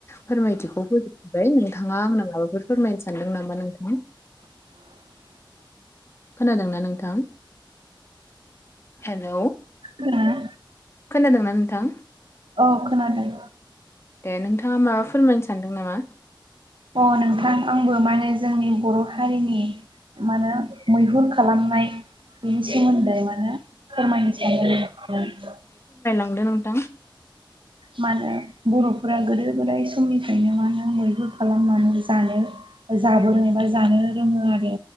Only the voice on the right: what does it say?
खोनादों
औ खोनादों।
अ नोंथां आंबो माने जोंनि बर' हारिनि मानो मैहुर खालामनाय बेनि सोमोन्दै माने फोरमायनो सानदों।
मानो बर'फोरा गोदो गोदाय समनिफ्रायनो मानो मैहुर खालामनानै जानो जाबोदों एबा जानो रोङो आरो